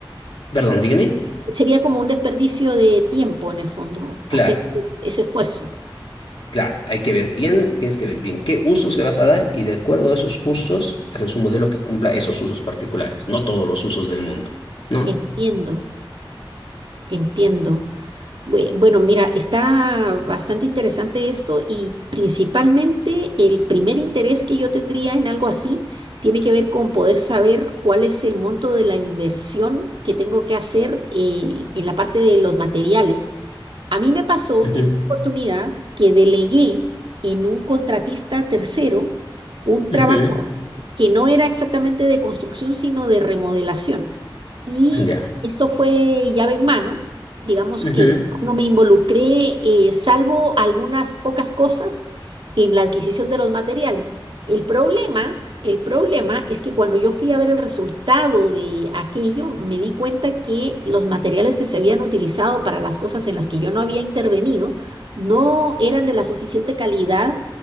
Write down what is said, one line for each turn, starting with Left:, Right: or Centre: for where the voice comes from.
Left: perdón, dígame,
Right: sería como un desperdicio de tiempo en el fondo,
Left: claro,
Right: hacer ese ese esfuerzo.
Left: claro, hay que ver bien, tienes que ver bien qué usos le vas a dar y de acuerdo a esos usos, haces un modelo que cumpla esos usos particulares, no todos los usos del mundo, ¿no?
Right: Entiendo, entiendo. Bue- Bueno, mira, está bastante interesante esto y principalmente el primer interés que yo tendría en algo así tiene que ver con poder saber cuál es el monto de la inversión que tengo que hacer eh, en la parte de los materiales A mí me pasó
Left: Ujú,
Right: en una oportunidad que delegué en un contratista tercero un trabajo
Left: ujú,
Right: que no era exactamente de construcción, sino de remodelación. Y
Left: ya,
Right: esto fue llave en mano, digamos
Left: ujú,
Right: que no me involucré, eh, salvo algunas pocas cosas, en la adquisición de los materiales. El problema, el problema es que cuando yo fui a ver el resultado de aquello, me di cuenta que los materiales que se habían utilizado para las cosas en las que yo no había intervenido no eran de la suficiente calidad